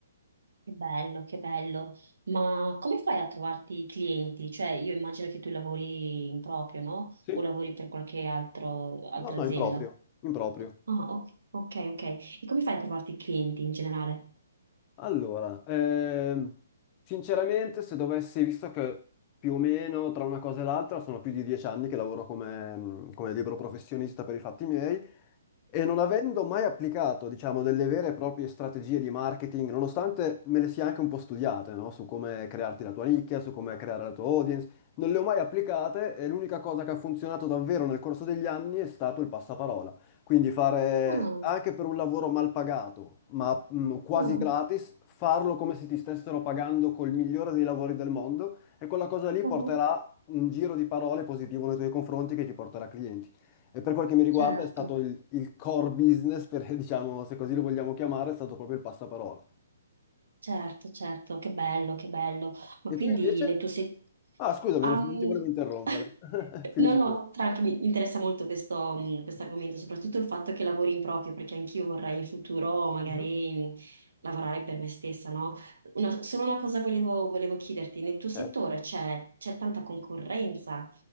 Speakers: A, on the right; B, on the left.
A: che bello, che bello. Ma come fai a trovarti i clienti? Cioè io immagino che tu lavori in proprio, no?
B: Sì.
A: O lavori per qualche altro, altra
B: No, no,
A: azienda.
B: improprio, improprio.
A: Ah, ok, ok, ok. E come fai a trovarti i clienti in generale?
B: Allora, ehm, sinceramente, se dovessi, visto che più o meno tra una cosa e l'altra sono più di dieci anni che lavoro come, mm, come libero professionista per i fatti miei e non avendo mai applicato, diciamo, delle vere e proprie strategie di marketing, nonostante me le sia anche un po' studiate, no? Su come crearti la tua nicchia, su come creare la tua audience, non le ho mai applicate e l'unica cosa che ha funzionato davvero nel corso degli anni è stato il passaparola. Quindi fare
A: Mhm.
B: anche per un lavoro mal pagato, ma mm, quasi
A: Ah,
B: gratis, farlo come se ti stessero pagando col migliore dei lavori del mondo e quella cosa lì
A: mhm,
B: porterà un giro di parole positivo nei tuoi confronti che ti porterà clienti. E per quel che mi riguarda
A: Certo,
B: è stato il, il core business, per, <laughs> diciamo, se così lo vogliamo chiamare, è stato proprio il passaparola.
A: certo, certo, che bello, che bello. Ma
B: E
A: quindi
B: tu invece?
A: le tue se...
B: Ah, scusami,
A: Am-
B: non ti volevo interrompere.
A: <laughs>
B: <laughs> Finisci
A: No, no,
B: pure.
A: tranqui, mi interessa molto questo mm, questo
B: Mhm,
A: argomento, soprattutto il fatto che lavori in proprio, perché anch'io vorrei in futuro magari
B: mhm,
A: mm, lavorare per me stessa, no? Una- solo una cosa volevo, volevo chiederti, nel tuo settore
B: Certo.
A: c'è c'è tanta concorrenza,